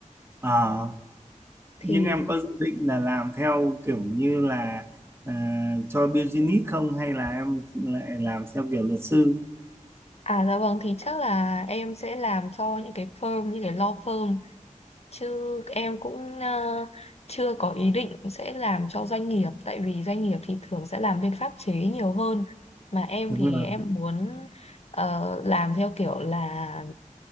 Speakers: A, on the right (about 20°); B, on the left (about 50°).
A: à,
B: thì
A: nhưng em có dự định là làm theo kiểu như là à, cho business không hay là em lại làm theo kiểu luật sư
B: à dạ vâng thì chắc là em sẽ làm cho những cái firm như cái law firm chứ em cũng ờ, chưa có ý định sẽ làm cho doanh nghiệp tại vì doanh nghiệp thì thường sẽ làm bên pháp chế nhiều hơn mà em
A: đúng
B: thì
A: rồi
B: em muốn ờ, làm theo kiểu là